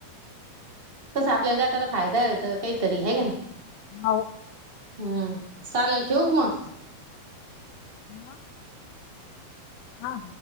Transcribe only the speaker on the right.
कसं, आपल्याला गटाला फायदा आहे त काहीतरी आहे का नयी.
हम्म, चालल ठेउ का म?